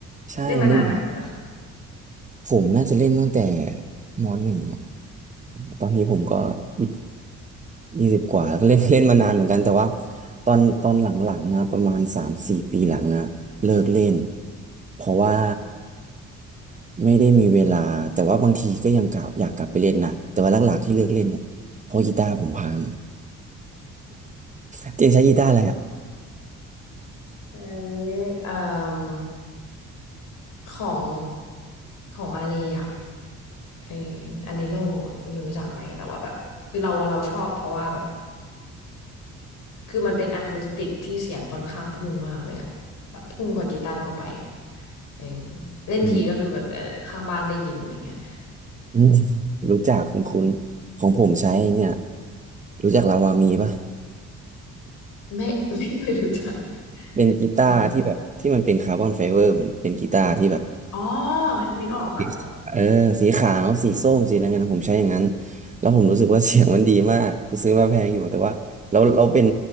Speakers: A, on the right (about 25°); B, on the left (about 80°).
A: ใช่เล่น
B: เล่นมานานเท่าไหร่นะคะ
A: ผมน่าจะเล่นตั้งแต่มหนึ่งอะตอนนี้ผมก็ยี่สิบยี่สิบกว่าก็เล่น <laughs> เล่นมานานเหมือนกันแต่ว่าตอนตอนหลังๆนะประมาณสามสี่ปีหลังอะเลิกเล่นเพราะว่าไม่ได้มีเวลาแต่ว่าบางทีก็ยังกลับอยากกลับไปเล่นนะแต่ว่าหลักๆที่เลิกเล่นเนี่ยเพราะกีตาร์ผมพัง <laughs> เจนใช้กีตาร์อะไรอ่ะ
B: ใช้เอ่มของของมาเลยอ่ะเอออันเนโลอะไม่รู้รู้จักไหมแต่ว่าแบบคือเราเราชอบเพราะว่าแบบคือมันเป็นอะคูสติกที่เสียงค่อนข้างพุ่งมากเลยอะแบบพุ่งกว่ากีตาร์ทั่วไปเออเล่นทีก็คือแบบข้างบ้านได้ยินอะไรเงี้ย
A: อืมอืมรู้จักคุณคุณ
B: เออ
A: ของผมใช้เนี่ยรู้จักลาวามีปะ
B: ไม่ <laughs> ไม่ไม่รู้จัก
A: เป็นกีตาร์ที่แบบที่มันเป็นคาร์บอนไฟเบอร์เหมือนเป็นกีตาร์ที่แบบ
B: เราอ๋อนึกออกค่ะนึกออก
A: สีเออสีขาวสีส้มสีอะไรเงี้ยนะผมใช้อย่างนั้นแล้วผมรู้สึกว่า <laughs> เสียงมันดีมากกูซื้อมาแพงอยู่แต่ว่าเราเราเป็น